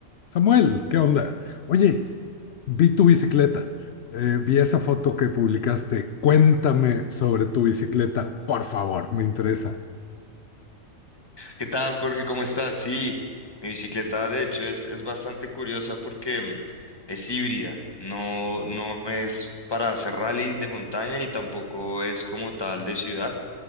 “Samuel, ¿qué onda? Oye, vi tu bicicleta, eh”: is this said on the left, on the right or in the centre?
Left